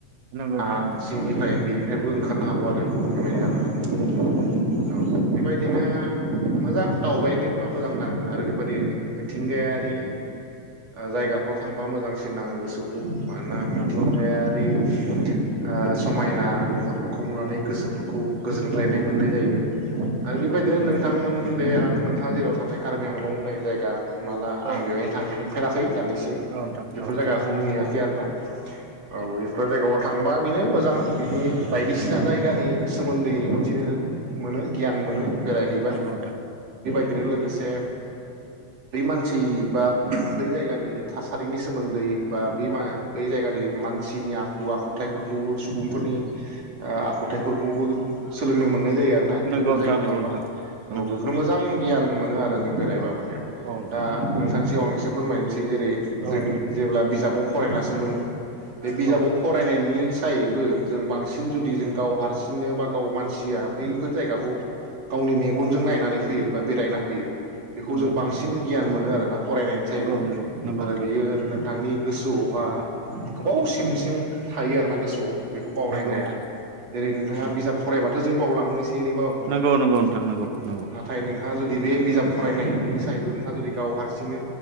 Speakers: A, on the right; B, on the right.
A: नंगौ
B: हा
A: नोंथां
B: सिंनिफ्राय बेनिफ्रायबो
A: नंगौ
B: ओंखारनो हागौ आरो बेबायदि जानो
A: नंगौ नंगौ नोंथां
B: हागौ औ
A: औ
B: बेबायदिनो
A: नोंथां
B: मोजां दावबायदोंबा मोजां नाङो आरो बेबायदि मिथिंगायारि जायगाफ्राव थांबा मोजांसिन नाङो गोसोखौ मानोना मिथिंगायारि
A: नंगौ नोंथां
B: ओ समायना महरफोरखौ नुनानै गोसोफोरखौ गोजोनग्लायनाय मोननाय जायो आरो
A: नंगौ
B: बेबायदिनो
A: नोंथां
B: नों मोन दे आं नोंथाङा जेराव थांनाय कारबिआंलं होननाय जायगा होमाला आं
A: औ
B: बेवहायनो थांथनो फेराखै दानिसिम
A: नोंथां औ नोंथां
B: बेफोर
A: औ नोंथां
B: जायगाखौ नुहैयाखै आरो ना औ बेफोर जायगायाव थांबा बेनो मोजां बिनि बायदिसिना जायगानि सोमोनदै मोनथिनो मोनो गियान मोनो बेरायहै
A: नंगौ नोंथां
B: बेनो लोगोसे बै मानसि बा बै जायगानि थासारिनि सोमोन्दै बा ब बै जायगानि मानसिनि आखु आखुथायाइफोरखौबो सुबुंफोरनि ओ आखुथायाइफोरखौबो सोलोंनो मोनो मोननाय जायो आरो ना
A: नंगौ
B: बैफोर
A: नोंथां
B: जायगायाव
A: नंगौ
B: थांबा
A: नोंथां नंगौ
B: औ बेफोर
A: नोंथां
B: मोजां गियान मोनो आर लोगोजों बेरायबा
A: औ
B: होमबानिया
A: नोंथां
B: दा नोंथां सिगां एसे फोरमायनोसै जेरै
A: औ
B: जों
A: नोंथां
B: जेब्ला बिजाबाव फरायनासो मोनो बे बिजाबाव
A: औ
B: फरायनायनि थाइबो जों बांसिन जुदि जों गाव हारसिंनो बा गाव मानसिया बैफोर जायगाखौ गावनि मन गनजों नायनानै फैयो बा बेरायना फैयो बेखौ जों
A: नोंथां
B: बांसिन गियान मोनो मोनो आरो ना फरायनायनि सायबो
A: नंगौ नोंथां नंगौ
B: आरो
A: नोंथां
B: बियो नोंथांनि गोसोआवहा गोबाव सिं सिं थायो आरोना गोसोआव बेखौ बावनाय
A: नंगौ
B: जाया
A: नोंथां
B: जेरै नोंथाङा
A: नंगौ
B: बिजाब फरायबाथाय खो जों बावलाङोसै बेनि बाबो
A: नंगौ नंगौ नोंथां नंगौ
B: औ
A: नंगौ
B: नाथाय नों नोंथाङा जुदि बे बिजाब फरायनायनि सायबो नोंथाङा जुदि गाव हारसिंनो